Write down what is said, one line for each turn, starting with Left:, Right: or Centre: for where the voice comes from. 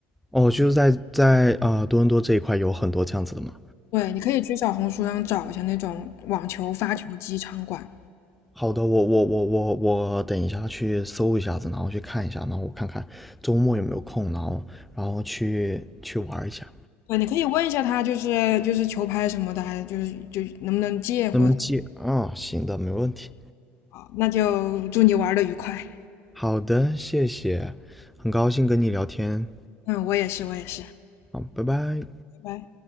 Centre: 哦，就是在在啊、呃多伦多这一块有很多这样子的嘛。
Left: 对，你可以去小红书上找一下那种网球发球机场馆。
Centre: 好的，我我我我我等一下去搜一下子，然后去看一下，然后我看看周末有没有空，然后然后去去玩一下。
Left: 对，你可以问一下他，就是就是球拍什么的，还就是就能不能借或者
Centre: 那么既啊、行的，没问题。
Left: 啊那就祝你玩的愉快。
Centre: 好的，谢谢，很高兴跟你聊天，
Left: 嗯，我也是，我也是，拜
Centre: 好，拜拜。
Left: 拜。